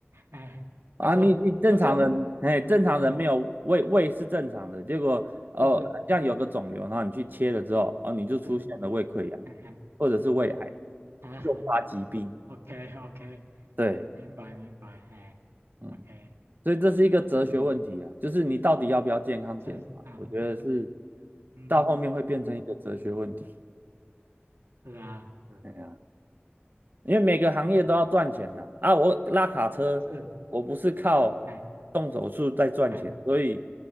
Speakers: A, on the right; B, on the right.
A: 哎，
B: 啊！
A: 等于说就像。
B: 啊你你正常人，哎，正常人没有胃胃是正常的，
A: 嗯
B: 结果哦，
A: 是是，哎，
B: 像有个肿瘤，然后你去切了之后，哦，你就出现了胃溃疡
A: 是，嗯哼，
B: 或者是胃癌，
A: 啊哈
B: 诱发疾病。
A: ，OK OK，<laughs>
B: 对，
A: 明白明白，嘿
B: 嗯，
A: o k
B: 所以这是一个哲学问题啊，
A: 嗯，
B: 就是你到底要不要健康检查？
A: 是，啊，
B: 我觉得是
A: 对，嗯
B: 到后面会变成一个哲学问题。
A: 嗯，是啊，是
B: 哎呀。因为每个行业都要赚钱呐。
A: ，OK，
B: 啊，我拉卡车，
A: 是，
B: 我不是靠
A: 哎
B: 动手术在赚钱，
A: 哎，
B: 所以